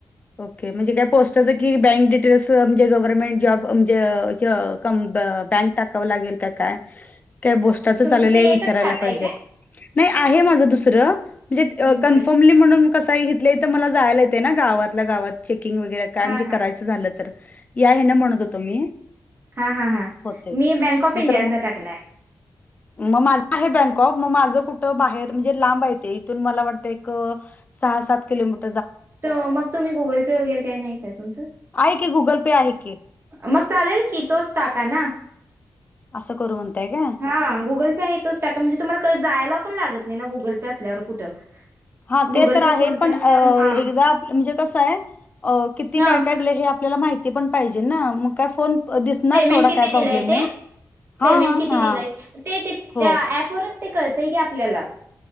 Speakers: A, on the left; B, on the right.
A: ओके म्हणजे काय पोस्टा की बँक डिटेल्स म्हणजे गव्हर्नमेंट जॉब म्हणजे ज-ज कम बँक टाकावं लागेल त्यात का का बोस्टा च
B: तुमचं
A: चाले
B: ते
A: ल विचारायला
B: एकच खात
A: पाहिज
B: आहे का
A: नाही आहे माझ दुसरं म्हणजे अं
B: हां
A: कन्फर्मली म्हणून कसं हीतल्या इथलं मला जायला येते ना गावातल्या गावात. ते वैगारा काम
B: हां
A: करायचं झालं तर या ह्यांना म्हणत होतो मी
B: हा हा हां
A: होतंय.
B: मी बँक ऑफ
A: नाहीतर
B: इंडियाचा
A: मग
B: टाकलाय
A: मग माझ आहे बँकॉक मग माझं कुठं बाहेर म्हणजे लांब येते इथून मला वाटतं एक सहा सात किोमीटर
B: तर मग तुम्ही गुगल पे वगैरे काही नाही काय तुमचं
A: आहे की गुगल पे आहे की
B: मग चालेल की तोच टाका ना.
A: असं करू म्हणताय काय?
B: हा गुगल पे येतोच ट म्हणजे तुम्हाला जायला पण लागत. नाही ना गुगल पे असल्यावर कुठं
A: हा
B: गुगल
A: ते तर
B: पे,
A: आहे
B: फोन
A: पण
B: पे असल्यावर
A: म्हणजे
B: हां.
A: कसय किती
B: हां,
A: काय काय हे आपल्याला माहिती पण पाहिजे ना मग काय फोन. दिसणार
B: पेमेंट
A: थोडा
B: किती
A: काय प्रॉब्लेम
B: दिलाय ते?
A: नाही. हा
B: पेमेंट
A: हा
B: किती
A: हा
B: दिलाय ते
A: हो
B: ऍपवरच ते कळतय की आपल्याला